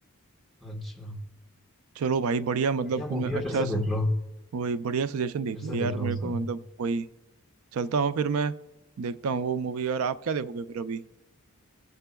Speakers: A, in the centre; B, on the right.
A: अच्छा
B: चलो भाई बढ़िया मतलब
A: बढ़िया
B: तुमने
A: मूवी है
B: अच्छा
A: फिर से
B: स-
A: देख लो
B: वही बढ़िया सजेशन दे
A: फिर
B: दिया
A: से देखना
B: यार मेरे
A: उसे
B: को मतलब वही चलता हूँ फिर मैं देखता हूँ वो मूवी और आप क्या देखोगे फिर अभी